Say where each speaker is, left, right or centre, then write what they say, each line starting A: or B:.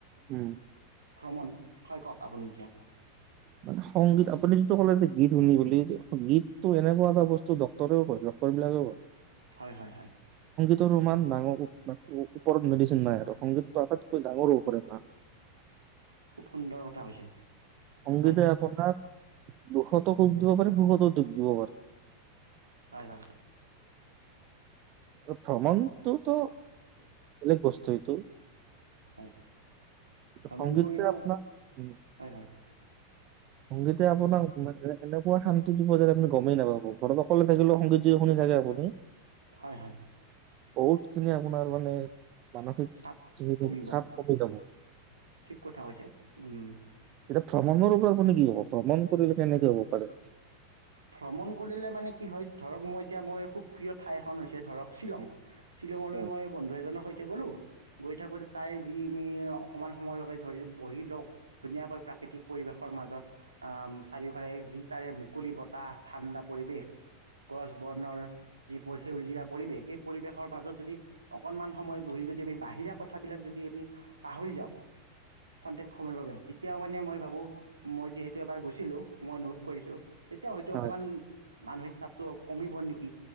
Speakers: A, on the right; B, on the right.
A: উম
B: ভ্ৰমণ। হয় কওক আপুনি এতিয়া,
A: মানে সংগীত। আপুনি যিটো ক'লে যে গীত শুনি বুলি, গীতটো এনেকুৱা এটা বস্তু ডক্তৰেও কয় ডক্তৰবিলাকেও কয়
B: হয়। হয়। হয়।
A: সংগীতৰ সমান ডাঙৰ -ওপৰত মেডিচিন নাই আৰু। সংগীতটো আটাইতকৈ ডাঙৰ ঔষধ এটা।
B: খুব সুন্দৰ কথা কৈছে।
A: সংগীতে
B: হয়
A: আপোনাৰ দুখতো সুখ দিব পাৰে। সুখতো দুখ দিব পাৰে।
B: হয়। হয়।
A: ভ্ৰমণটো তো বেলেগ বস্তু তো
B: হয়।
A: কিন্তু
B: ভ্ৰমণ
A: সংগীতটোৱে
B: কৰিলেও
A: আপোনাক উম
B: হয় হয়
A: সংগীতে আপোনাক এনে- এনেকুৱা শান্তি দিব যে আপুনি গমেই নাপাব। ঘৰত অকলে থাকিলেও সংগীত যদি শুনি থাকে আপুনি
B: হয়। হয়।
A: বহুত খিনি আপোনাৰ মানে মানসিক
B: চাপ
A: যিখিনি
B: কমিব।
A: চাপ কমি যাব।
B: ঠিক কথা কৈছে। উম
A: এতিয়া ভ্ৰমণৰ ওপৰত আপুনি কি ক'ব? ভ্ৰমণ কৰিলে কেনেকে হ'ব পাৰে?
B: ভ্ৰমণ কৰিলে মানে কি হয় ধৰক, মই এতিয়া মই খুব প্ৰিয় ঠাই এখন হৈছে ধৰক শ্বিলং শ্বিলঙলৈ
A: উম,
B: মই বন্ধু এজনৰ সৈতে -তে গ'লো। গৈ থাকোঁতে তাৰে যি আমি অকণমান সময়ৰ বাবে ধৰি বহি লওঁ, ধুনীয়াকৈ প্ৰাকৃতিক পৰিৱেশৰ মাজত। চাৰিওফালে যি তাৰে মুকলি বতাহ, ঠাণ্ডা পৰিৱেশ, গছ বনৰ যি পৰি- সেউজীয়া পৰিৱেশ। সেই পৰিৱেশৰ মাজত যদি অকণমান সময় বহি যদি আমি বাহিৰা কথাবিলাক যদি আমি পাহৰি যাওঁ, ক্ষন্তেক সময়ৰ বাবে তেতিয়াও মানে মই ভাবো, মই যিহেতু এবাৰ গৈছিলো। মই অনুভৱ কৰিম তেতিয়া হয়তো
A: হয়
B: অকমান মানসিক চাপটো কমিব নেকি?